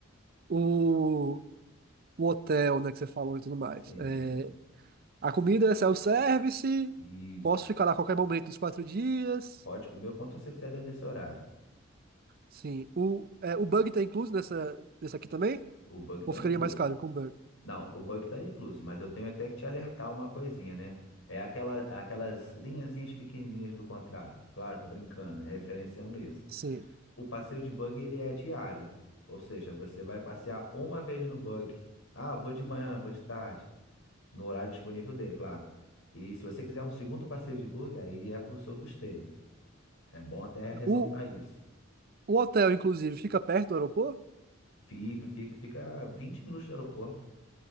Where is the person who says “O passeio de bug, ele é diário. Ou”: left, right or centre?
Left